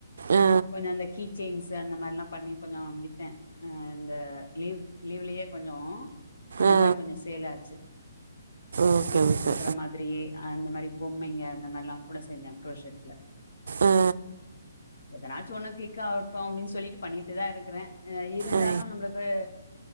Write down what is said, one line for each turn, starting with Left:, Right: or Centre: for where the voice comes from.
Right: ஆ
Left: கொஞ்சம் அந்த கீ செயின்ஸ் அந்த மாரிலாம் பண்ணி கொஞ்சம் வித்தேன் அ அந்த லீவ் லீவ்லயே கொஞ்சம் அந்த
Right: ஆ
Left: மாரி கொஞ்சம் சேலாச்சு
Right: ஓகே
Left: கிஃப்ட்டு
Right: ஓகே
Left: கொடுக்குற மாரி அந்த மாரி பொம்மைங்க அந்த மாரிலாம் கூட செஞ்சே க்ரோஷரட்ல
Right: ஆ
Left: எதனாச்சும் ஒண்ணு கிளிக் ஆகட்டும் அப்டின்னு சொல்லிட்டு பண்ணிட்டு தான் இருக்கிறேன் அ இருந்தாலும்
Right: ஆ
Left: நம்ளுக்கு